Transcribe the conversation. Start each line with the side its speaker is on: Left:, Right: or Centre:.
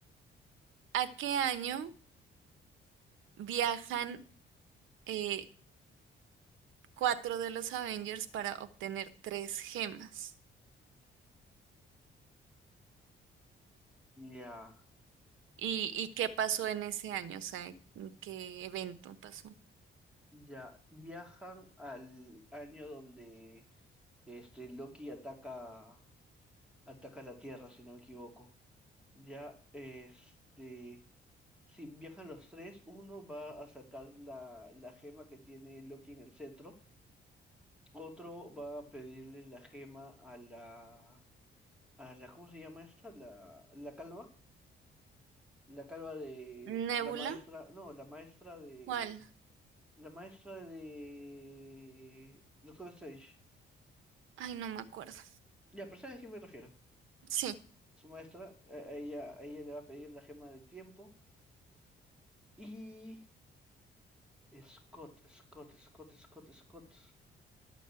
Right: ¿a qué año viajan eh, cuatro de los Avengers para obtener tres gemas?
Centre: Ya,
Right: ¿Y, y qué pasó en ese año? O sea, ¿en ¿qué evento pasó?
Centre: ya, viajan al año donde este Loki ataca, ataca la Tierra, si no me equivoco. Ya, este, si viajan los tres, uno va a sacar la, la gema que tiene Loki en el cetro, otro va a pedirle la gema a la, a la, ¿cómo se llama esta? La, la calva. La calva de
Right: ¿Nébula?
Centre: la maestra, no, la maestra de
Right: ¿Cuál?
Centre: la maestra de Doctor Strange.
Right: Ay, no me acuerdo.
Centre: Ya, pero ¿sabes a quién me refiero?
Right: Sí,
Centre: Su maestra, a a ella, a ella le va a pedir la gema del tiempo y Scott, Scott, Scott, Scott, Scott.